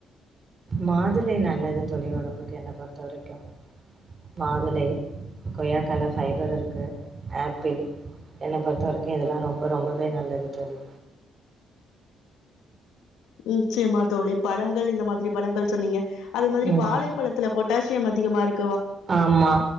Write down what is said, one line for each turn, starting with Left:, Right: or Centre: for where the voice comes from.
Right: மாதுளை நல்லது தோழி உடம்புக்கு என்னை பொறுத்த வரைக்கும் மாதுளை கொய்யாக்கல ஃபைபர் இருக்கு ஆப்பிள் என்ன பொறுத்த வரைக்கும் இதெல்லாம் ரொம்ப ரொம்பவே நல்லது தோழி
Left: நிச்சயமா தோழி பழங்கள் இந்த மாதிரி பழங்கள் சொன்னீங்க அதே மாதிரி
Right: ம்
Left: வாழை பழத்துல பாத் ட்டாசியம் அதிகமாக இருக்
Right: ஆமா